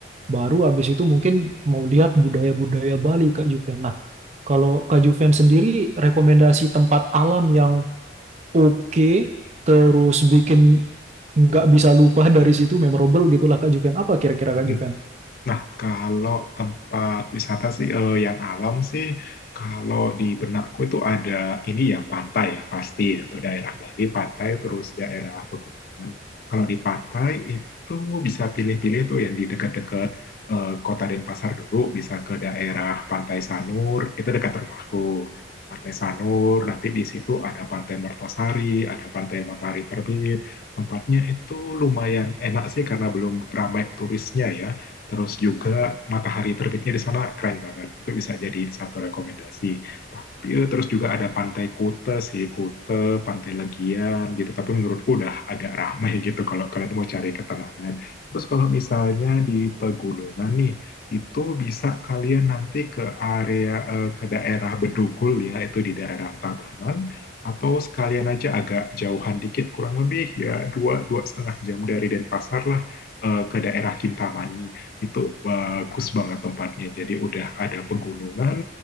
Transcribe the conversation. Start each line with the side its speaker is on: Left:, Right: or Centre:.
Right: Baru habis itu mungkin mau lihat budaya-budaya Bali Kak Juven. Nah, kalau Kak Juven sendiri rekomendasi tempat alam yang oke terus bikin nggak bisa lupa dari situ memorable gitulah Kak Juven. Apa kira-kira Kak
Left: Hmm.
Right: Juven?
Left: Nah, kalau tempat wisata sih eh, yang alam sih, kalau di benakku itu ada ini ya pantai ya pasti atau daerah Bali pantai terus daerah pegunungan. Kalau di pantai itu bisa pilih-pilih tuh yang di dekat-dekat eh, Kota Denpasar dulu, bisa ke daerah Pantai Sanur, itu dekat rumahku. Pantai Sanur, nanti di situ ada Pantai Mertasari, ada Pantai Matahari Terbit. Tempatnya itu lumayan enak sih karena belum ramai turisnya ya. Terus juga matahari terbitnya di sana keren banget. Itu bisa jadi satu rekomendasi. Tapi eh, terus juga ada Pantai Kuta sih, Kuta, Pantai Legian gitu. Tapi menurutku udah agak ramai <laughs> gitu kalau kalian mau cari ketenangan. Terus kalau misalnya di pegunungan nih, itu bisa kalian nanti ke area eh, ke daerah Bedugul ya, itu di daerah Tabanan atau sekalian aja agak jauhan dikit kurang lebih ya dua dua setengah jam dari Denpasar lah eh, ke daerah Kintamani itu bagus banget tempatnya. Jadi udah ada pegunungan,